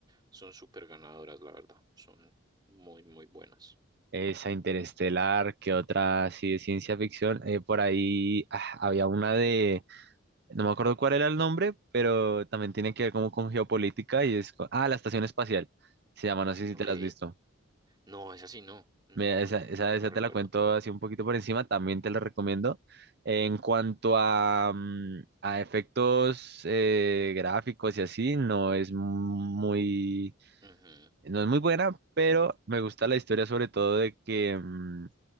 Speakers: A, on the right; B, on the right.
A: son súper ganadoras, la verdad. Son muy, muy buenas.
B: Esa Interestelar, que otra así de ciencia ficción. Eh, por ahí ah, había una de, no me acuerdo cuál era el nombre, pero también tiene que ver como con geopolítica y es, co- ah, la Estación Espacial, se llama, no sé si
A: Ok.
B: te la has visto.
A: No, es así, no. No,
B: Mira, esa,
A: no,
B: esa,
A: no
B: esa
A: recuerdo.
B: te la cuento así un poquito por encima, también te la recomiendo. En cuanto a, mm, a efectos eh, gráficos y así, no es muy
A: Ujú,
B: No es muy buena, pero me gusta la historia sobre todo de que mm,